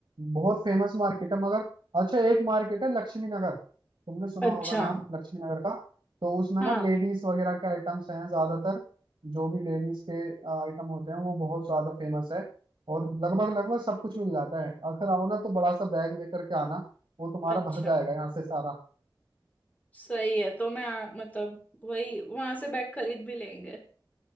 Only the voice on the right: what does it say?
बहुत फेमस मार्केट है मगर अच्छा एक मार्केट है लक्ष्मी नगर तुमने सुना
होगा नाम लक्ष्मी नगर का तो उसमें
ना लेडीज वगैरह के आइटम्स हैं ज्यादातर जो भी लेडीज के आइटम होते हैं वो बहुत ज्यादा फेमस है और लगभग लगभग सब कुछ मिल जाता है अगर आओ ना तो बड़ा सा बैग लेकर के आना वो तुम्हारा
भर जाएगा यहाँ से सारा